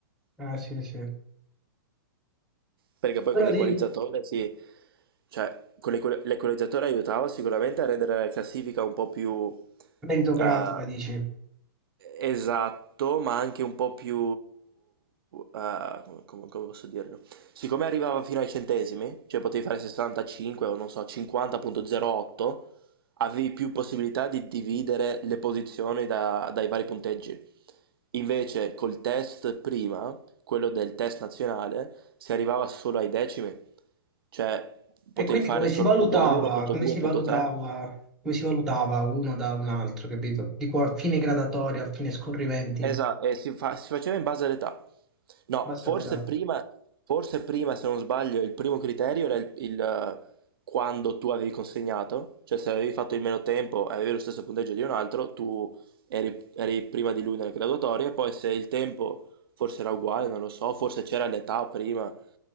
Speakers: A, in the centre; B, on the right.
A: Ah, sì, sì.
B: Perché poi
A: Però
B: con l'equalizzatore
A: di
B: sì, cioè con l'equa- l'equalizzatore aiutava sicuramente a rendere la classifica un po' più
A: meritocratica,
B: eh,
A: dici.
B: Esatto, ma anche un po' più... eh, come, come- come posso dirlo? Siccome arrivava fino ai centesimi, cioè potevi fare 65 o non so, 50.08, avevi più possibilità di dividere le posizioni da- dai vari punteggi. Invece col test prima, quello del test nazionale, si arrivava solo ai decimi, cioè potevi
A: E quindi
B: fare
A: come
B: solo
A: si valutava,
B: punto 1, punto
A: come
B: 2,
A: si
B: punto
A: valutava,
B: 3.
A: come si valutava uno da un altro, capito? Dico a fine gradatoria, a fine scorrimenti,
B: Esatto,
A: in
B: e si, fa- si faceva in base all'età. No,
A: base
B: forse
A: all'età.
B: prima, forse prima, se non sbaglio, il primo criterio era il, il, eh, quando tu avevi consegnato, cioè se avevi fatto il meno tempo e avevi lo stesso punteggio di un altro, tu eri, eri prima di lui nelle graduatorie, poi se il tempo forse era uguale, non lo so, forse c'era l'età prima,